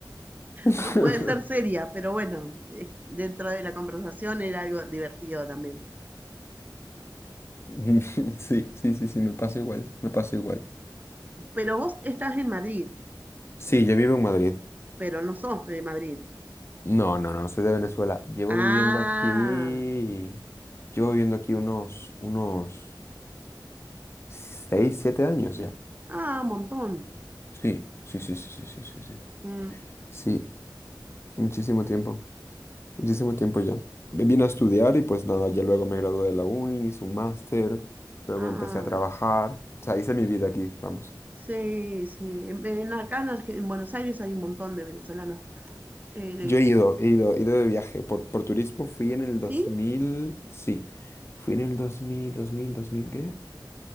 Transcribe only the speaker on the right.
no puede ser seria, pero bueno, eh, dentro de la conversación era algo divertido también.
Pero vos estás en Madrid.
Pero no sos de Madrid.
Ah,
ah, un montón.
Mm,
ah,
sí, sí. En, en acá en, Arge- en Buenos Aires hay un montón de venezolanos. Eh, de-
¿sí?